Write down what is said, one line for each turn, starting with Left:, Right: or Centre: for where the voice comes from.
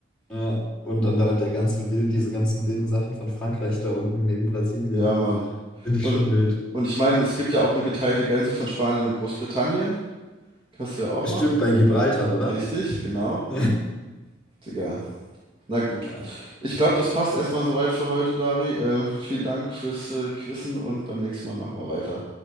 Centre: ja. Und dann da der ganze Wild, diese ganzen wilden Sachen von Frankreich da unten neben Brasilien.
Right: Ja, Mann.
Centre: Finde ich
Right: Und,
Centre: schon wild.
Right: und ich meine, es gibt ja auch eine geteilte Grenze von Spanien mit Großbritannien. Hast du ja auch
Centre: Stimmt
Right: noch.
Centre: bei Gibraltar, oder?
Right: Richtig, genau.
Centre: <laughs>
Right: Digga. Na gut.
Centre: Ja.
Right: Ich glaube, das passt erstmal soweit für heute, Dari. Äh, vielen Dank fürs äh, Quizzen und beim nächsten Mal machen wir weiter.